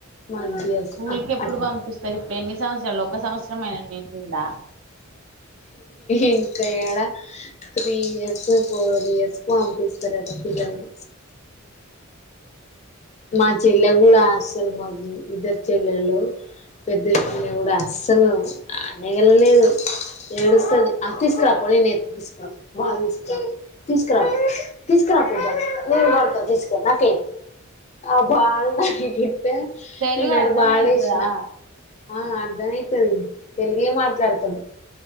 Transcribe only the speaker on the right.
స్కూల్
కి ఎప్పుడు
పంపిస్తారు ఇప్పుడు ఎన్ని సంవత్సరాలు ఒక సంవత్సరమైన నిండిందా
తెలుగు
అర్ధం
అయితదా